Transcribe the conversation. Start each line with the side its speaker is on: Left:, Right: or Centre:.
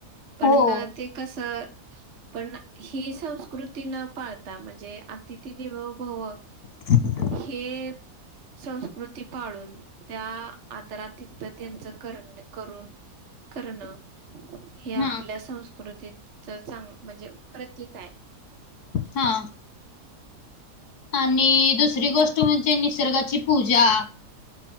Right: पण
Left: हो
Right: ते कसं. पण ही संस्कृती न पाळता म्हणजे अतिथी देवभव.
Left: ह <inaudible>
Right: हे, संस्कृती पाळून त्या आदारात तिथं त्यांचं करण करून. करणं हे आपल्या
Left: हा
Right: संस्कृतीच चांग म्हणजे प्रतीक आहे.
Left: हा, आणि दुसरी गोष्ट म्हणजे निसर्गाची पूजा.